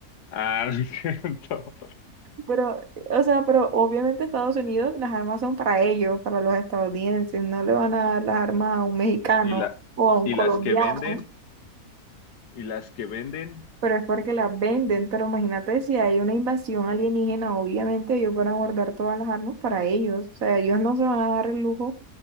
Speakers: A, on the left; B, on the right.
A: Ah, <laughs> no es cierto.
B: Pero, o sea, pero obviamente Estados Unidos, las armas son para ellos, para los estadounidenses, no le van a dar las armas a un mexicano
A: Y la,
B: o a un
A: y
B: colombiano,
A: las que venden, y las que venden,
B: pero es porque las venden, pero imagínate si hay una invasión alienígena, obviamente ellos van a guardar todas las armas para ellos, o sea, ellos no se van a dar el lujo